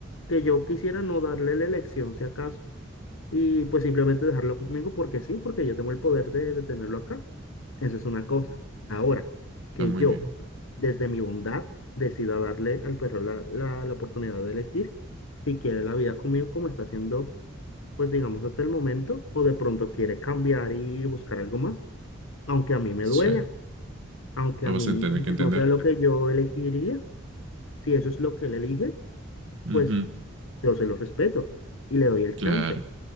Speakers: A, on the left; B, on the right.
A: que yo quisiera no darle la elección si acaso, y pues simplemente dejarlo conmigo porque sí, porque yo tengo el poder de, de tenerlo acá. Esa es una cosa. Ahora,
B: Está
A: que
B: muy
A: yo,
B: bien.
A: desde mi bondad, decida darle al perro la, la, la oportunidad de elegir si quiere la vida conmigo como está haciendo, pues digamos hasta el momento, o de pronto quiere cambiar y buscar algo más, aunque a mí me
B: Sí,
A: duela, aunque
B: lo
A: a
B: vas
A: mí
B: a tener que entender.
A: no sea lo que yo elegiría, si eso es lo que él elige,
B: Ujú,
A: pues yo se los respeto y le doy el
B: Claro.
A: chance.